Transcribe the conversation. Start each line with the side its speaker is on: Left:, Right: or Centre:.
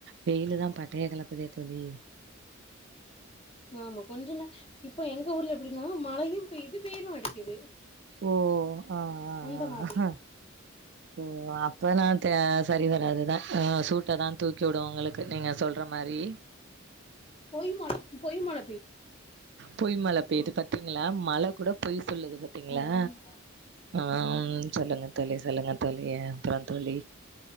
Right: வெயிலுதா பட்டைய கெளப்புதே தோழி
Left: ஆமா கொஞ்ச நே இப்போ எங்க ஊர்ல எப்டின்னா மழையு இப்ப இது வெயிலு அடிக்குது
Right: ஓ ஆ ஆ ஆ
Left: அந்த மாதிரி
Right: ஆ ஓ அப்பனா த சரி வராதுதா அ சூட்ட தா தூக்கி வுடும் உங்களுக்கு நீங்க சொல்ற மாரி
Left: பொய் மழ பொய் மாழ
Right: பொய் மழை பெய்யுது பாத்தீங்களா மழை கூட பொய் சொல்லுது பாத்தீங்களா
Left: சொல்லிட்ருக்கீங்க
Right: ஆஹ் சொல்லுங்க தோழி சொல்லுங்க தோழி அ அப்றம் தோழி